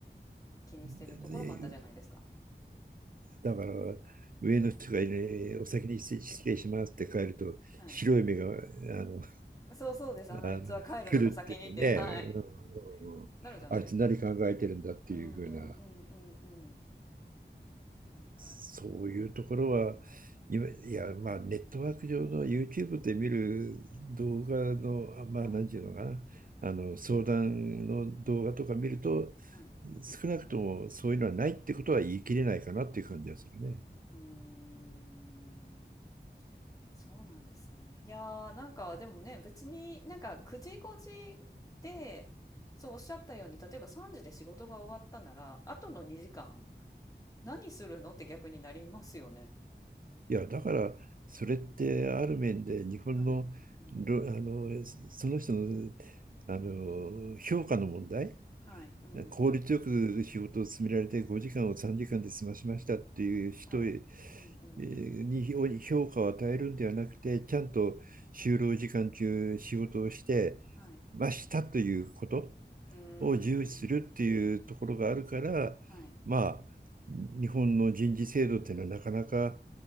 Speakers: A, on the left (about 20°); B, on the right (about 50°).
A: 気にしてるところもあったじゃないですか。
B: ででだから、上の人が、ね、お先に失失礼しますって帰ると、
A: はい。
B: 白い目があの
A: そうそうです。あの、
B: あの来るっていうね、
A: いつは帰るのか先にって、はい。
B: うんうんうんあいつ何考えてるんだっていうふうな
A: なるじゃないですか。うんうんうんうんうん。なんか、
B: そういうところは、今いや、まあ、ネットワーク上の YouTube で見る動画の、まあ、
A: はい。
B: なんていうのかな、あの相談の動画とか見ると、
A: うんうん。はい。
B: 少なくともそういうのはないってことは言い切れないかなっていう感じがするね。
A: うーん。そうなんですね。いやー、なんかでもね、別になんか9時5時で、そうおっしゃったように、例えば3時で仕事が終わったなら、あとの2時間何するのって逆になりますよね。
B: いや、だから、それってある面で日本の、
A: はい。うんうん。
B: ろあのその人の、あの評価の問題
A: はい。うんうん。
B: 効率よく仕事を進められて5時間を3時間で済ましましたっていう人へ
A: はい。うんうん。
B: えーに評価を与えるんではなくて、ちゃんと就労時間中仕事をしてましたということ
A: はい。うーん。
B: を重視するっていうところがあるから、
A: はい。
B: まあ、日本の人事制度っていうのはなかなか、